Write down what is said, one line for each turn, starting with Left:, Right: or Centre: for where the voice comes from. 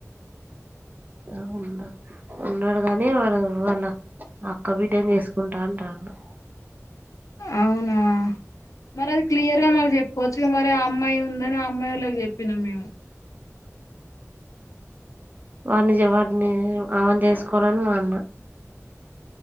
Right: ఆ ఉన్నా ఉన్నాడు గాని వాడు వాళ అక్క బిడని చేసుకుంటాఅంటాండు
Left: అవునా మరి అది క్లియర్గా మన చెప్పుకోవచ్చు మరి ఆ అమ్మాయి అమ్మయివొళకి చెప్పినం మేము
Right: వాడిని వాడిని ఆమన్ చేసుకోవాలని మా అన్న